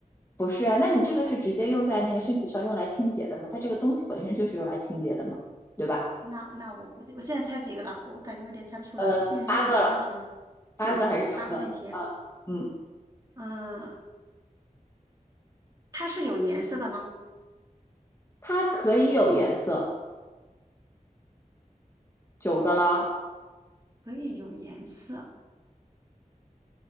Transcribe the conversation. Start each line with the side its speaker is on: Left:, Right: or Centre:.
Left: 不是啊，那你这个是直接用在那个身体上用来清洁的嘛？它这个东西本身就是用来清洁的嘛，对吧？
Right: 那那我估计我现在猜几个了？我感觉我有点猜不出来了。
Left: 呃，
Right: 我现在是九个问题了，
Left: 八个了，
Right: 九个八个问题。
Left: 八个还是九个？啊，嗯，
Right: 嗯、它是有颜色的吗？
Left: 它可以有颜色，九个了。
Right: 可以有颜色，